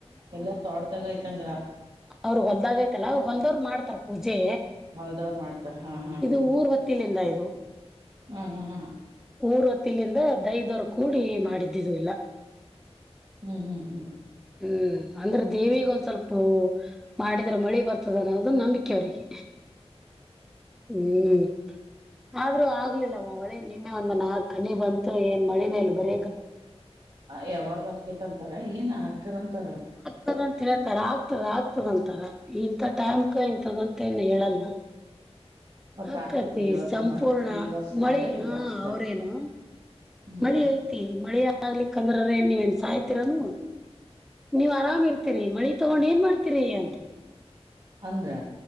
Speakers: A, on the right; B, in the centre.
A: ಎಲ್ಲ ತೋಡ್ದಾಗ ಆಯ್ತಂದ್ರ
B: ಅವ್ರ ಹೊಲ್ದಾಗೈತಲ್ಲ ಅವ ಹೊಲ್ದವ್ರ ಮಾಡ್ತಾರ ಪೂಜೆ
A: ಹೊಲ್ದವ್ರು ಮಾಡ್ತಾರ ಹಾ ಹಾ
B: ಇದು
A: ಹಾ
B: ಊರ್ ಹೊತ್ತಲಿಂದ ಇದು
A: ಹ್ಮ್ ಹ್ಮ್ ಹ್ಮ
B: ಊರ್ ಹೊತ್ತಿಲಿಂದ ದೈದವರು ಕೂಡಿ ಮಾಡಿದ್ದಿದಿಲ್ಲ
A: ಹ್ಮ್ ಹ್ಮ್ ಹ್ಮ್
B: ಹ್ಮ್ ಅಂದ್ರೆ ದೇವಿಿಗೆ ಒಂದ್ ಸ್ವಲ್ಪ ಮಾಡಿದ್ರೆ ಮಳೆ ಬರ್ತದ ಅನ್ನೋದು ನಂಬಿಕೆ ಅವ್ರರಿಗೆ ಹ್ಮ್ ಆದ್ರೂ ಆಗ್ಲಿಲ್ಲ ಒಳೆ ನಿನ್ನೆ ಒಂದ ನಾಲ್ಕ್ ಕಿ ಬಂತು ಏನ್ ಮಳೆ ಮೇಲ್ ಬರ
A: ಯಾವಾಗ ಅಕೇತ್ಂತಾರ ಏನ್ ಹಾಕ್ಕದಂತಾರ
B: ಆಗ್ತದಂತ ಹೇಳ್ತಾರ ಆಗ್ತದ ಆಗ್ತದಂತಾರ ಇಂತ ಟೈಮ್ಕ ಇಂಂತದಂತ ನ ಹೇಳಲ್ಲ
A: <inaudible>
B: ಆಕ್ಕತಿ
A: ಹಾಕದ ಈ ವರ್ಷ
B: ಸಂಪೂರ್ಣ
A: ಈ ವರ್ಷದ
B: ಮಳಿ
A: ಇಲ್ಲ
B: ಹಾ
A: ಅಷ್ಟೆ
B: ಅವ್ರೇನು
A: ಹ್ಮ್
B: ಮಳಿ ಐತಿ ಮಳಿ ಆಗ್ಲಿಕ್ಕಂದ್ರ್ರೆ ನೀವ ನ್ ಸಾಯ್ತಿೀರನು ನೀವ್ ಆರಾಮ ಇರ್ತೀರಿ ಮಳಿ ತಗೊಂಡ್ ಏನ್ ಮಾಡ್ತೀರಿ ಅಂತ
A: ಅಂದ್ರೆ